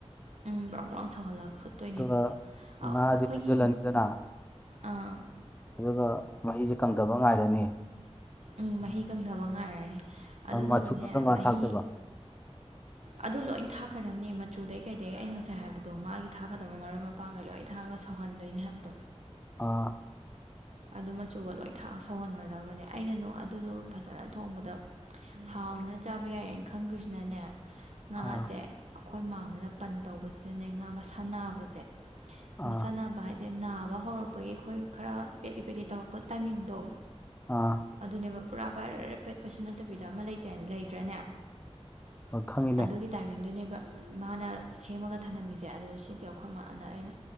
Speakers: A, on the right; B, on the left.
A: ꯎꯝ ꯃ ꯁꯂ ꯐꯨ ꯇꯣꯏꯅꯦꯕ
B: ꯑꯗꯨꯒ
A: ꯑꯩꯈꯣꯏꯒꯤ
B: ꯉꯥꯁꯦ ꯍꯩꯖꯤꯜꯂꯅꯤꯗꯅ
A: ꯑꯥ
B: ꯑꯗꯨꯒ ꯃꯍꯁꯤ ꯀꯪꯗꯕ ꯉꯥꯏꯔꯅꯤ
A: ꯎꯝ ꯃꯍꯤ ꯀꯪꯊꯕ ꯉꯥꯏꯔꯅꯦ ꯑꯗꯨꯗꯨꯒꯅꯦ
B: ꯑ, ꯃꯆꯨꯅ ꯀꯔꯝ ꯀꯥꯟ
A: ꯃꯍꯤ
B: ꯊꯥꯛꯇꯣꯏꯕ
A: ꯑꯗꯨ ꯂꯣꯏꯅ ꯊꯥꯛꯀꯗꯕꯅꯤ ꯃꯆꯨꯗꯩ ꯀꯩꯗꯒꯤ ꯑꯩ ꯉꯁꯥꯏ ꯍꯥꯏꯕꯗꯣ ꯃꯥꯒꯤ ꯊꯥꯒꯗꯕ ꯃꯔꯣꯏ ꯃꯄꯥꯡꯒꯩ ꯂꯣꯏ ꯊꯥꯡꯉꯒ ꯁꯧꯍꯟꯗꯣꯏꯅꯤ ꯍꯥꯏꯕꯗꯣ
B: ꯑꯥ
A: ꯑꯗꯨ ꯃꯆꯨꯒ ꯂꯣꯏ ꯁꯧꯍꯟꯒꯗꯕꯅꯦ ꯑꯩꯅ ꯅꯨ ꯑꯗꯨꯗꯣ ꯐꯖꯅ ꯊꯣꯡꯕꯗ ꯍꯥꯎꯅ ꯆꯥꯕ ꯌꯥꯏꯌꯦꯅ ꯈꯪꯗꯣꯏꯁꯤꯅꯅꯦ ꯉꯥꯁꯦ
B: ꯑꯥ
A: ꯑꯩꯈꯣꯏ ꯃꯥ ꯑꯃꯅ ꯄꯟ ꯇꯧꯕꯁꯤꯗꯅꯦ ꯉꯥ ꯃꯁꯥꯟꯕꯁꯦ
B: ꯑꯥ
A: ꯃꯁꯥ ꯅꯥꯕ ꯍꯥꯏꯁꯦ ꯅꯥꯕ ꯍꯧꯔꯛꯄꯒꯤ ꯑꯩꯈꯣꯏ ꯈꯔ ꯄꯦꯠꯂꯤ ꯄꯦꯠꯂꯤ ꯇꯧꯔꯛꯄ ꯇꯥꯏꯃꯤꯡꯗꯣ
B: ꯑꯥ
A: ꯑꯗꯨꯅꯦꯕ ꯄꯨꯔꯥ ꯕ꯭ꯔ ꯄꯦꯠꯄꯁꯨ ꯅꯠꯇꯕꯤꯗ ꯑꯃ ꯂꯩꯇꯥꯏ ꯂꯩꯗ꯭ꯔꯅꯦ
B: ꯍꯣꯏ, ꯈꯪꯉꯤꯅꯦ
A: ꯑꯗꯨꯒꯤ ꯇꯥꯏꯃꯤꯡꯗꯨꯅꯦꯕ ꯃꯥꯅ ꯁꯦꯝꯃꯒ ꯊꯅꯝꯃꯤꯁꯦ ꯑꯗꯨ ꯁꯤꯁꯦ ꯑꯩꯈꯣꯏꯃꯥꯅ ꯑꯩꯅ